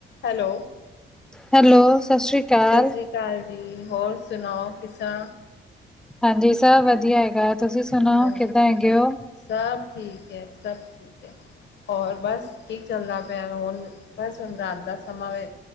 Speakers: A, on the left; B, in the centre.
A: Hello
B: hello, ਸਤਿ ਸ੍ਰੀ ਅਕਾਲ।
A: ਸਤਿ ਸ੍ਰੀ, ਅਕਾਲ ਜੀ ਹੋਰ ਸੁਣਾਓ ਕਿਸ ਤਰ੍ਹਾਂ?
B: ਹਾਂਜੀ ਸਭ ਵਧੀਆ ਹੈਗਾ। ਤੁਸੀਂ ਸੁਣਾਓ
A: ਹਾਂਜੀ
B: ਕਿੱਦਾਂ ਹੈਗੇ ਹੋ?
A: ਸਭ ਠੀਕ ਐ ਸਭ ਠੀਕ ਐ। ਔਰ ਬਸ ਠੀਕ ਚੱਲਦਾ ਪਿਆ ਹੁਣ ਬਸ ਹੁਣ ਰਾਤ ਦਾ ਸਮਾਂ ਵੇ